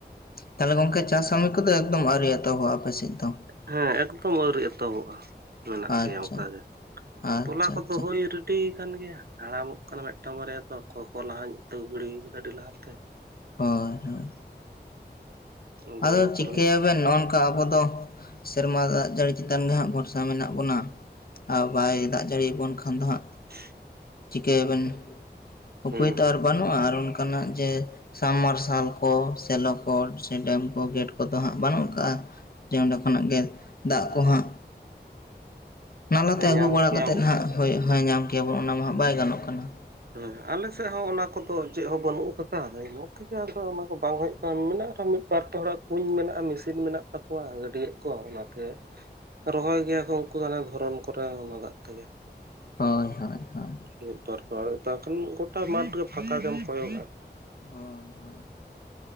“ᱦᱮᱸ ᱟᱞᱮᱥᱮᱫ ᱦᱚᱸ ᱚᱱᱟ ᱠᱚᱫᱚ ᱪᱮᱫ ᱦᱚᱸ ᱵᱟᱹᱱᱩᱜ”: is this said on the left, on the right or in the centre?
Right